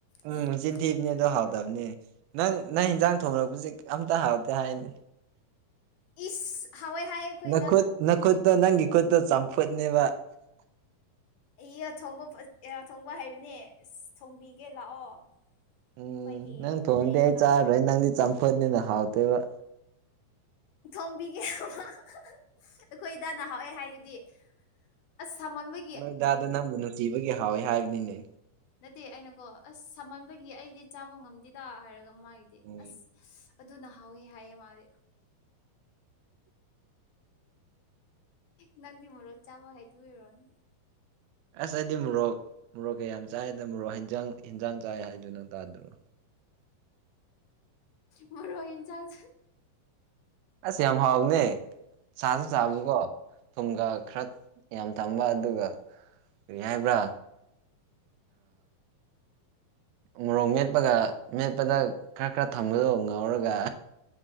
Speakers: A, on the right; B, on the left.
A: ꯎꯝ
B: ꯏꯁ
A: ꯃꯆꯤꯟꯊꯤꯕꯅꯦ ꯑꯗꯣ
B: ꯃꯣꯔꯣꯛ
A: ꯍꯥꯎꯗꯕꯅꯤ ꯅꯪ ꯅꯪ ꯏꯟꯖꯥꯡ ꯊꯣꯡꯉꯔꯛꯄꯁꯤ ꯑꯝꯇ ꯍꯥꯎꯇꯦ ꯍꯥꯏꯅꯤ
B: ꯏꯁ ꯍꯥꯎꯋꯦ ꯍꯥꯏꯌꯦ ꯑꯩꯈꯣꯏ
A: ꯅꯈꯨꯠ
B: ꯗꯥꯅ
A: ꯅꯈꯨꯠꯇꯣ ꯅꯪꯒꯤ ꯈꯨꯠꯇꯣ ꯆꯝꯐꯨꯠꯅꯦꯕ
B: ꯑꯩꯊꯣꯡꯕ ꯑꯩ ꯊꯣꯡꯕ ꯍꯥꯏꯕꯅꯦ ꯑꯁ ꯊꯣꯡꯕꯤꯒꯦ ꯂꯥꯛꯑꯣ
A: ꯎꯝ
B: ꯑꯩꯈꯣꯏꯒꯤ
A: ꯅꯪ ꯊꯣꯡꯗꯤ
B: ꯔꯦꯟꯗ
A: ꯑꯩ ꯆꯥꯔꯔꯣꯏ ꯅꯪꯗꯤ ꯆꯝꯐꯨꯠꯅꯤꯅ ꯍꯥꯎꯇꯣꯏꯕ
B: ꯊꯣꯝꯕꯤꯒꯦꯕ ꯑꯩꯈꯣꯏ ꯗꯥꯅ ꯍꯥꯎꯑꯦ ꯍꯥꯏꯗꯨꯗꯤ ꯑꯁ ꯁꯥꯃꯥꯟꯕ
A: ꯅꯣꯏ ꯗꯥꯗ ꯅꯪꯕꯨ ꯅꯨꯡꯁꯤꯕꯒꯤ ꯍꯥꯎꯋꯦ ꯍꯥꯏꯕꯅꯤꯅꯦ
B: ꯅꯠꯇꯦ ꯑꯩꯅꯀꯣ ꯑꯁ ꯁꯃꯟꯕꯒꯤ ꯑꯩꯗꯤ ꯆꯥꯕ ꯉꯝꯗꯦꯗ ꯍꯥꯏꯔꯒ ꯃꯥꯒꯤꯗꯤ
A: ꯎꯝ
B: ꯑꯁ ꯑꯗꯨꯅ ꯍꯥꯎꯋꯦ ꯍꯥꯏꯌꯦ ꯃꯥꯗꯤ ꯅꯪꯗꯤ ꯃꯣꯔꯣꯛ ꯆꯥꯕ ꯍꯥꯏꯇꯕꯩ ꯑꯣꯏꯔꯣꯅꯤ
A: ꯑꯁ ꯑꯩꯗꯤ ꯃꯣꯔꯣꯛ ꯃꯣꯔꯣꯛꯀ ꯌꯥꯝ ꯆꯥꯏꯗ ꯃꯣꯔꯣꯛ ꯍꯤꯟꯖꯥꯡ ꯍꯤꯟꯖꯥꯡ ꯆꯥꯏ ꯍꯥꯏꯗꯨ ꯅꯪ ꯇꯥꯗꯔꯣ
B: ꯃꯣꯔꯣꯛ ꯌꯦꯟꯁꯥꯡ
A: ꯑꯁ ꯌꯥꯝ ꯍꯥꯎꯕꯅꯦ ꯁꯥꯁꯨ ꯆꯥꯕꯀꯣ ꯊꯨꯝꯒ ꯈꯔ ꯌꯥꯝ ꯊꯝꯕ ꯑꯗꯨꯒ ꯀꯔꯤ ꯍꯥꯏꯕ꯭ꯔꯥ ꯃꯣꯔꯣꯛ ꯃꯦꯠꯄꯒ ꯃꯦꯠꯄꯗ ꯈꯔ ꯈꯔ ꯊꯝꯕꯗꯣ ꯉꯥꯎꯔꯒ